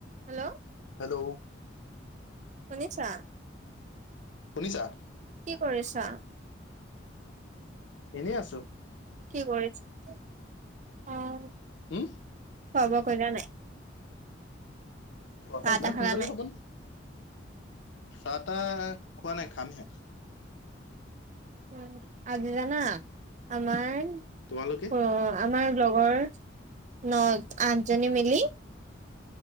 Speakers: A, on the right (about 40°); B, on the left (about 80°).
A: Hello.
B: Hello.
A: শুনিছা।
B: শুনিছা?
A: কি কৰিছা?
B: এনে আছো।
A: কি কৰিছা উম, খোৱা
B: উম,
A: বোৱা কৰিলা নাই।
B: খোৱা
A: চাহ
B: বোৱা ইমান
A: তাহ খালা
B: সোনকালে
A: নাই
B: হ'বনে, চাহ তাহ খোৱা নাই খামহে।
A: উম, আজি জানা, আমাৰ,
B: তোমালোকে?
A: অ'। আমাৰ লগৰ, নয়, আঠজনী মিলি